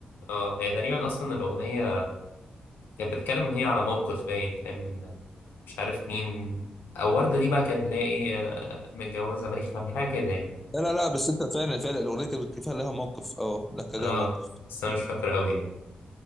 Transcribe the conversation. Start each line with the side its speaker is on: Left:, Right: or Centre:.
Left: اه هي تقريبا أصلا الأغنية كانت بتتكلم هي على موقف باين فاهم إن مش عارف مين أو وردة دي بقى كانت اللي هي إيه آه، متجوزة ماليش حد حاجة كده يعني
Centre: لا لا لا بس انت فعلا فعلا الاغنيه كانت كفايه لها موقف اه لا كان
Left: اه
Centre: لها موقف
Left: بس أنا مش فاكر أوي يعني